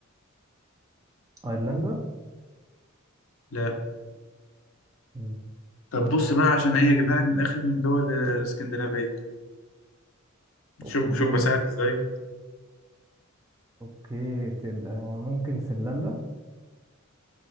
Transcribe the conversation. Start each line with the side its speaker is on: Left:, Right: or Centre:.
Right: أيرلندا
Left: لا
Right: مم.
Left: طب بص بقى عشان ايه اجيبها لك من الاخر من دول الاسكندنافيه
Right: أوكي
Left: شوف شوف بساعد ازاي
Right: أوكي تبقى ممكن فنلندا